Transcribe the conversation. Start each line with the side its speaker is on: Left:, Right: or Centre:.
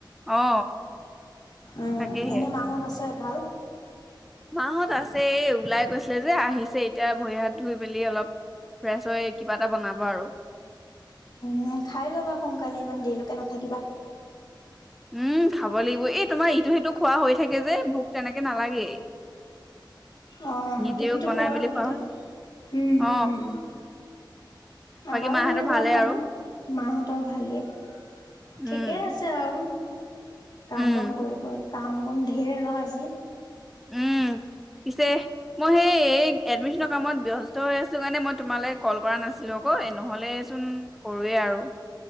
Centre: অ
Left: উম
Centre: তাকেহে
Left: এনে মাহত আছে ভাল
Centre: মাহত আছে এই ওলাই গৈছিলে যে আহিছে এতিয়া ভৰি হাত ধুই মেলি অলপ ফ্ৰেছ হৈ কিবা এটা বনাব আৰু
Left: উম খাই ল'বা সোনকালে ইমান দেৰিলৈকে নাথাকিবা
Centre: উম খাব লাগিব এই তোমাৰ ইটো সিটো খোৱা হৈ থাকে যে ভোক তেনেকে নালাগেই
Left: অ
Centre: নিজেও
Left: এইটো সিটো
Centre: বনাই
Left: খোৱা
Centre: মেলি
Left: হৈয়ে থাকে
Centre: হয়
Left: উম
Centre: অ
Left: হোম উম
Centre: বাকী
Left: আমাৰো
Centre: মাহঁতৰ
Left: মানে ঘৰত
Centre: ভালেই
Left: মান
Centre: আৰু
Left: মাহঁতৰ ভালেই,
Centre: উম
Left: ঠিকে আছ আছে আৰু কাম
Centre: উম
Left: বন কৰি ফু কাম বন ধেৰ ন আজি <unintelligible>
Centre: উম পিছে মই সেই এই এডমিশ্যনৰ কামত ব্যস্ত হৈ আছোঁ কাৰণে মই তোমালে কল কৰা নাছিলোঁ <unintelligible> নহ'লেচোন কৰোৱেই আৰু